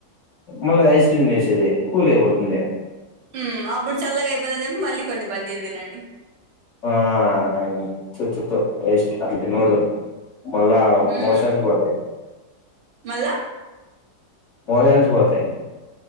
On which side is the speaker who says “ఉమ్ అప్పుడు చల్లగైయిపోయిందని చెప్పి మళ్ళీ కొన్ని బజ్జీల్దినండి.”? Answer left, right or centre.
Right